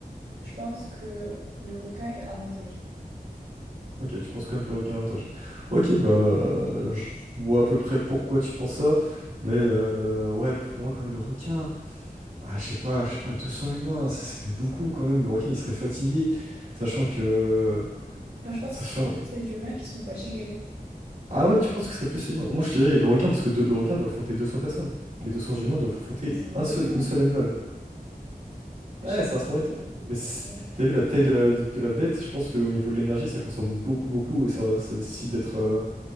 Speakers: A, on the right; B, on the right.
A: je pense que le requin est avantagé.
B: Ok, tu penses quand même que le requin a avantage. Ok, bah, euh, je vois à peu près pourquoi tu penses ça, mais euh, ouais, pour moi, quand même, le requin, ah, je sais pas, je sais pas, 200 humains, ça, ça fait beaucoup quand même. Le requin, il serait fatigué, sachant que.
A: Enfin, je pense
B: Sachant...
A: que ce sera plus les humains qui seront fatigués.
B: Ah ouais, tu penses que ce serait plus les humains? Moi, je dirais le requin, parce que deux- le requin doit affronter 200 personnes. Les 200 humains doivent affronter
A: Mais c'est un
B: un
A: requin.
B: seul, une seule animal.
A: Je
B: Ouais,
A: sais
B: ça
A: pas.
B: reste un requin. Mais c'est-
A: Ouais.
B: t'as vu la taille de la, de la bête? Je pense qu'au niveau de l'énergie, ça consomme beaucoup, beaucoup, et ça, ça nécessite d'être. euh,